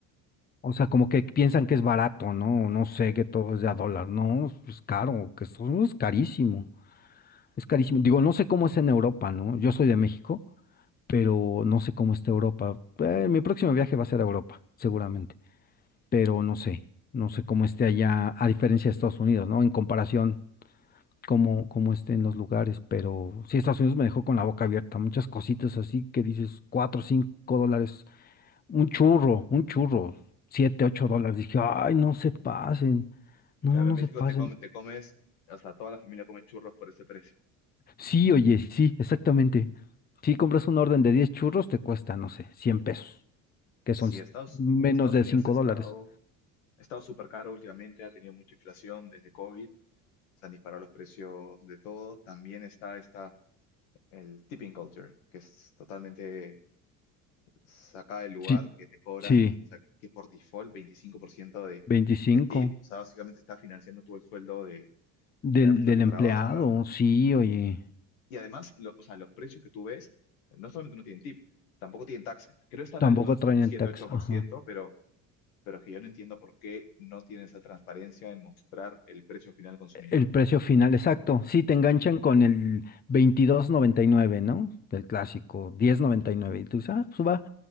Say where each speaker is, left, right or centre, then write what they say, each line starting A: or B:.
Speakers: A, on the left (about 25°); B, on the left (about 85°).
A: o sea, como que piensan que es barato, ¿no? No sé, que todo es de a dólar, no, es caro, que Estados Unidos es carísimo, es carísimo. Digo, no sé cómo es en Europa, ¿no? Yo soy de México. pero no sé cómo está Europa. Eh, mi próximo viaje va a ser a Europa, seguramente, pero no sé, no sé cómo esté allá, a diferencia de Estados Unidos, ¿no? En comparación, cómo, cómo estén los lugares, pero sí, Estados Unidos me dejó con la boca abierta, muchas cositas así que dices, cuatro, cinco dólares, un churro, un churro, siete, ocho dólares. Dije, ay, no se pasen, no,
B: Claro,
A: no
B: en México
A: se pasen.
B: te come- te comes, o sea, toda la familia come churros por ese precio.
A: Sí, oye, sí, exactamente. Si compras una orden de 10 churros, te cuesta, no sé, cien pesos. que
B: Sí,
A: son s-
B: Estados,
A: menos
B: Estados
A: de
B: Unidos
A: 5
B: ha estado,
A: dólares.
B: ha estado súper caro últimamente, ha tenido mucha inflación desde COVID, se han disparado los precios de todo. También está, está el tipping culture, que es totalmente saca del lugar
A: Sí,
B: que te cobran,
A: sí,
B: o sea, que, que por default 25% de,
A: 25
B: de tip, o sea, básicamente está financiando tú el sueldo de,
A: del,
B: de la persona
A: del
B: que
A: empleado,
B: trabaja.
A: sí, oye,
B: Y además, lo- o sea, los precios que tú ves, no solamente no tienen tip, tampoco tienen taxes. Creo que no es tan
A: tampoco
B: alto, es
A: traen
B: como siete-ocho
A: el tax,
B: por
A: ajá.
B: ciento pero, pero es que yo no entiendo por qué no tiene esa transparencia en mostrar el precio final al consumidor.
A: El precio final, exacto, sí, te enganchan con el veintidós noventa y nueve ¿no? El clásico, diez noventa y nueve, y tú dices, ah, pues va,